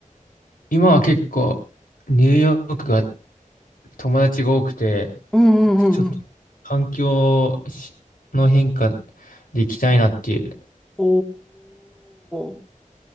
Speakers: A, on the left; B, in the centre.
A: 今は結構ニューヨークが友達が多くて、
B: うんうんうんうん。
A: ちょっと環境しの変化で行きたいなっていう、
B: おー、